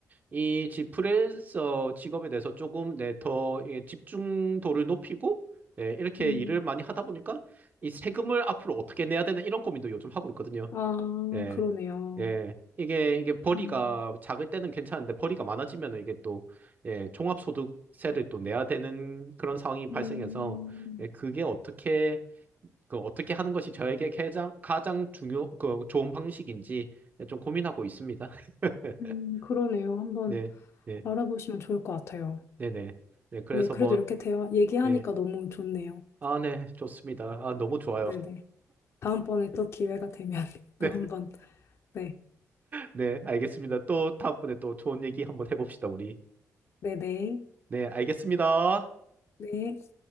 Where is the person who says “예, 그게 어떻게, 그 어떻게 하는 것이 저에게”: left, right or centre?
Right